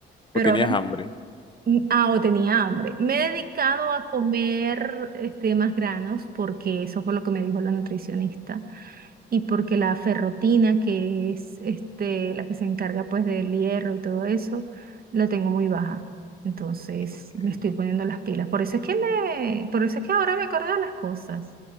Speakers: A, on the right (about 50°); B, on the left (about 25°).
A: Pero
B: O tenías
A: ahora,
B: hambre.
A: mm, ah, o tenía hambre. Me he dedicado a comer este, más granos porque eso fue lo que me dijo la nutricionista. y porque la ferrotina, que es este, la que se encarga pues del hierro y todo eso, la tengo muy baja. Entonces
B: Ok.
A: me estoy poniendo las pilas. Por eso es que me, por eso es que ahora me acordé de las cosas.